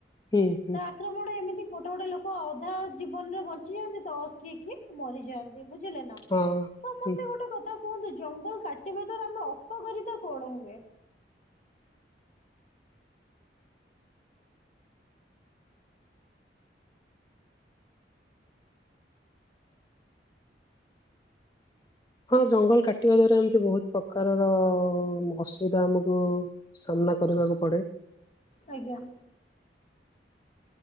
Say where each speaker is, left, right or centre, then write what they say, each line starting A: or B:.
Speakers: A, on the left; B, on the left.
A: ଠିକ୍, ଠିକ୍।
B: ତ ଆକ୍ରମଣ ଏମିତି ଗୋଟେ ଗୋଟେ ଲୋକ ଅଧା ଜୀବନରେ ବଞ୍ଚିଯାଆନ୍ତି ତ, ଆଉ କିଏ କିଏ ମରିଯାଆନ୍ ତି ବୁଝିଲ ନା?
A: ହଁ
B: ତ ମୋତେ
A: ହୁଁ
B: ଗୋଟେ କଥା କୁହନ୍ତୁ ଜଙ୍ଗଲ କାଟିବା ଦ୍ଵାରା ଆମର ଅପକାରି ତା କଣ ହୁଏ?
A: ହଁ ଜଙ୍ଗଲ କାଟିବା ଦ୍ଵାରା ଏମିତି ବହୁତ ପ୍ରକାରର ଅସୁବିଧା ଆମକୁ ସାମ୍ନା କରିବାକୁ ପଡେ।
B: ଆଜ୍ଞା।